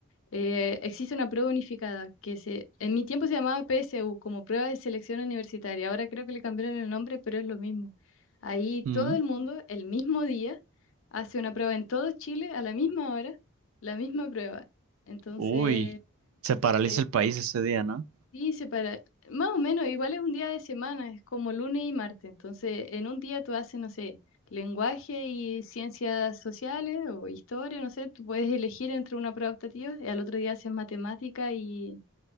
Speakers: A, on the left; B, on the right.
A: Eh, existe una prueba unificada que se, en mi tiempo se llamaba PSU, como prueba de selección universitaria. Ahora creo que le cambiaron el nombre, pero es lo mismo. Ahí
B: Mm.
A: todo el mundo, el mismo día, hace una prueba en todo Chile a la misma hora, la misma prueba. Entonces,
B: Uy, se paraliza
A: eh,
B: el país ese día, ¿no?
A: Sí, separa. Más o menos, igual es un día de semana, es como lunes y martes. Entonces, en un día tú haces, no sé, lenguaje y ciencias sociales o historia, no sé, tú puedes elegir entre una prueba optativa y al otro día haces matemática y,